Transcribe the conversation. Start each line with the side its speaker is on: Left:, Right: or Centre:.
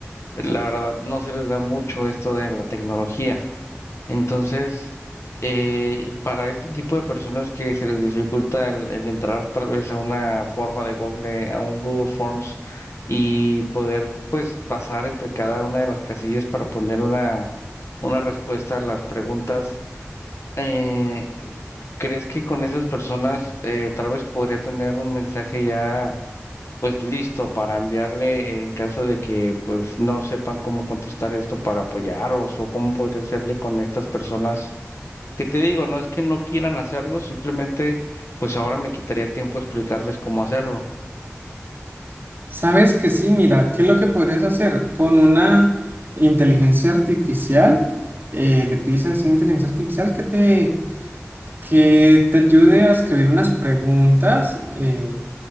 Left: la verdad no se les da mucho esto de la tecnología. Entonces, eh, para este tipo de personas que se les dificulta el, el entrar tal vez a una forma de Google, a un Google Forms y poder pues pasar entre cada una de las casillas para poner una, una respuesta a las preguntas eh, ¿crees que con esas personas eh, tal vez podría tener un mensaje ya pues listo para enviarle en caso de que pues no sepan cómo contestar esto para apoyarlos o cómo podría hacerle con estas personas? Que te digo, no es que no quieran hacerlo, simplemente pues ahora me quitaría tiempo explicarles cómo hacerlo.
Right: Sabes que sí, mira, ¿qué es lo que podrías hacer? Con una inteligencia artificial, eh, le pides a esa inteligencia artificial que te, que te ayude a escribir unas preguntas eh,